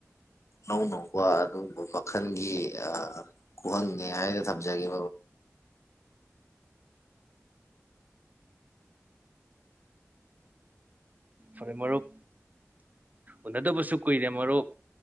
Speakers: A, on the left (about 65°); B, on the right (about 30°).
A: ꯑꯅꯧꯕ ꯑꯗꯨꯒꯨꯝꯕ ꯃꯈꯜꯒꯤ ꯈꯍꯪꯅꯦ ꯍꯥꯏꯅ ꯊꯝꯖꯒꯦ
B: ꯐꯥꯔ‌ꯦ ꯃꯔꯨ ꯎꯅꯗꯕꯁꯨ ꯀꯨꯏꯔꯦ ꯃꯔꯨꯞ